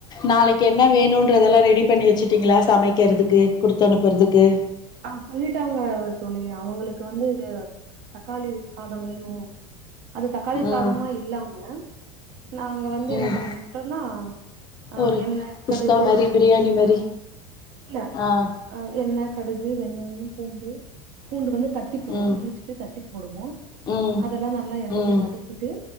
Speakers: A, on the left; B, on the right.
A: நாளைக் கு என்ன வேணுன்றதெல்லா ரெடி பண்ணி வச்சுட்டிங்களா சமைக்கிறதுக்கு குடுத்து அனுப்பறதுக்கு
B: அவ் சொல்லிட்டாங்க தோழி அவுங்களுக்கு வந்து தக்காளி சாத வேணு அது தக்காளி
A: ம்.
B: சாதமா இல்லாம நாங்க வந்து
A: ம்
B: என்ன பண்றோனா அ
A: ஒரு
B: எண்ணெ
A: குஸ்கா
B: கடுகு
A: மாரி பிரியாணி மாரி
B: இல்ல
A: ஆ
B: அ எண்ணெ கடுகு வெங்காயோ பூண்டு பூண்டு வந்து த ட்டி போடுவோ
A: ம்
B: உரிச்சிட்டு தட்டி போடுவோ
A: ம்
B: அதல்லா நல்லா எண்ணெயில
A: ம்
B: வதக்கிட்டு